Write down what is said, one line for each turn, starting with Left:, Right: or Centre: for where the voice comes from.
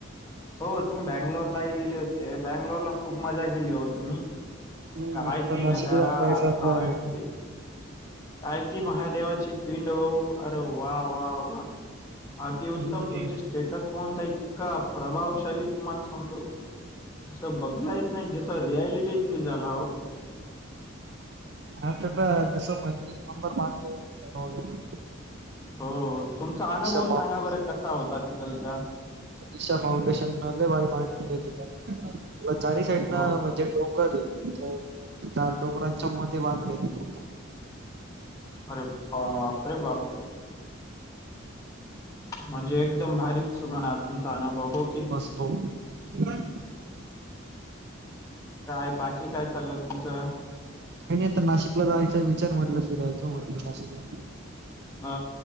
Left: हो तुम् बंगलोरलाही गेले होते बँंगलोरला खूप मजा केली हो तुम्ही?
Right: हम्म
Left: काय
Right: आता
Left: ते
Right: नाशिकला
Left: नजारा
Right: जायचं आपल्या
Left: काय ते काय ती महादेवाची पिंड अरे वा वा वा. अतिउत्तम
Right: आम्ही
Left: तुमचे स्टेटस पाहून तं इतका प्रभावशाली तुम्हाला सांगतो आस बघलायस नाही जसं रियालिटी फील झाला आहो.
Right: आता <unintelligible> माझं वगैरे
Left: हो तुमचा आनूभव
Right: ईशा
Left: सांगा बरं कसा होता तिथल चा?
Right: दिशा फाउंडेशन लई भारी पा <unintelligible> चारी साईडन म्हणजे
Left: हो
Right: डोंगर हे तर चार डोंगरांच्या मध्ये बांधलेल पूर्ण
Left: आरे बापरे बाप म्हणजे एकदम भारीच म्हणा तुमचा आनुभव हो की
Right: आसतो <unintelligible>
Left: कायं बांकी कायं चाललं तुमचं
Right: कांहीं नाहीं आतां नाशिकला जायंचा विचार म्हंटला फिरायंला जाऊं म्हंटल नाशिकला
Left: अ